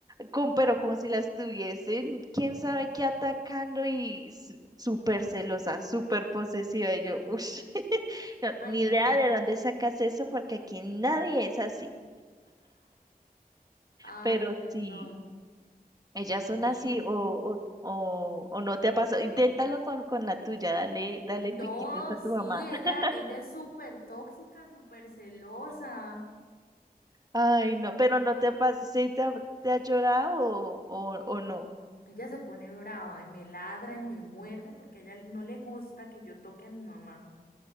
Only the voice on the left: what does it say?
Ay,
no.
Ay,
no.
Sí.
No,
sí,
ella,
ella es súper tóxica, súper celosa.
Ella se pone brava y me ladra y me muerde porque a ella no le gusta que yo toque a mi mamá.